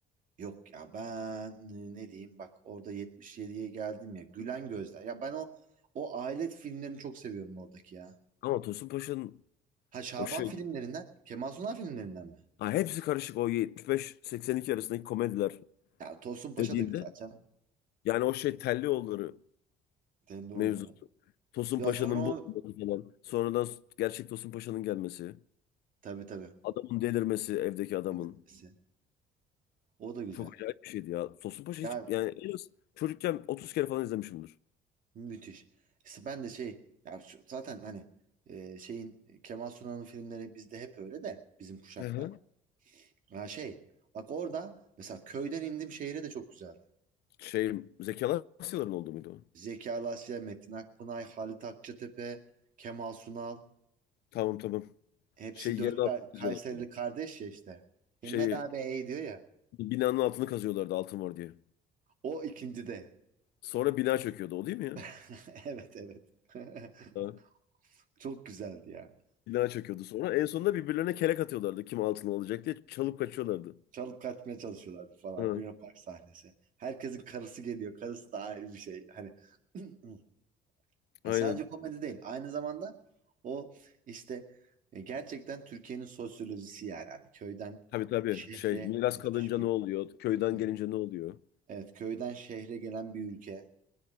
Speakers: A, on the right; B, on the left.
A: Yok ya ben e, ne diyeyim bak orada 77'ye geldim ya Gülen Gözler. Ya ben o o aile filmlerini çok seviyorum oradaki ya.
B: Ama Tosun Paşa'nın
A: Ha Şaban
B: o şey.
A: filmlerinden, Kemal Sunal filmlerinden mi?
B: Ha, hepsi karışık o 75-82 arasındaki komediler
A: Ya Tosun Paşa
B: dediğinde.
A: da güzel canım.
B: Yani o şey Tellioğulları
A: Telli oğulları.
B: mevzusu. Tosun
A: Ya
B: Paşa'nın
A: sonra o
B: bu olması falan. Sonradan gerçek Tosun Paşa'nın gelmesi.
A: tabii tabii.
B: Adamın delirmesi evdeki adamın.
A: Bilirsin. O da güzel.
B: Çok acayip bir şeydi ya. Tosun Paşa
A: Ya
B: hiç yani en az çocukken 30 kere falan izlemişimdir.
A: Müthiş. İşte ben de şey ya şu- zaten hani e, şeyin Kemal Sunal'ın filmleri bizde hep öyle de bizim kuşakta.
B: Hı hı.
A: Ha şey bak orada mesela köyden indim şehire de çok güzeldi.
B: Şey Zeki Alasyaların oldu muydu? o?
A: Zeki Alasya, Metin Akpınar, Halit Akçatepe, Kemal Sunal
B: Tamam tamam.
A: hepsi
B: Şey
A: dört
B: yerin altını
A: Ka- Kayserili
B: kazıyorlardı.
A: kardeş ya işte.
B: Şeyi
A: Himmet abi ey diyor ya.
B: binanın altını kazıyorlardı altın var diye.
A: O ikinci de.
B: Sonra bina çöküyordu o değil mi ya?
A: <laughs> Evet evet. <laughs>
B: Ha.
A: Çok güzeldi ya.
B: Bina çöküyordu sonra. En sonunda birbirlerine kelek atıyorlardı kim altını alacak diye. Çalıp kaçıyorlardı.
A: Çalıp kaçmaya çalışıyorlardı falan.
B: Ha.
A: Luna Park sahnesi. Herkesin karısı geliyor. Karısı da ayrı bir şey. Hani <clears throat>
B: Aynen.
A: ya sadece komedi değil. Aynı zamanda o işte e, gerçekten Türkiye'nin sosyolojisi yani. Hani köyden
B: Tabii tabii.
A: şehre
B: Şey miras
A: müthiş
B: kalınca
A: bir
B: ne oluyor? Köyden
A: evet
B: gelince ne oluyor?
A: Evet, köyden şehre gelen bir ülke.